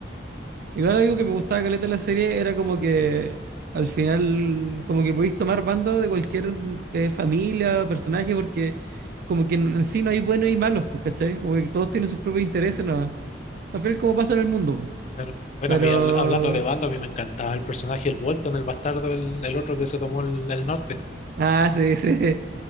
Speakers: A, on the right; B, on the left.
A: Igual algo que me gustaba caleta de la serie era como que al final, como que podéis tomar bando de cualquier eh, familia, o personaje, porque como que en en sí no hay buenos y malos, pues, ¿cachai? Como que todos tienen sus propios intereses, ¿no? Al final, como pasa en el mundo, pues.
B: Claro. Bueno, a mí
A: Pero.
B: habla- hablando de banda, a mí me encantaba el personaje, el Bolton, el bastardo, el, el otro que se tomó el, el norte.
A: Ah, sí, sí. <laughs>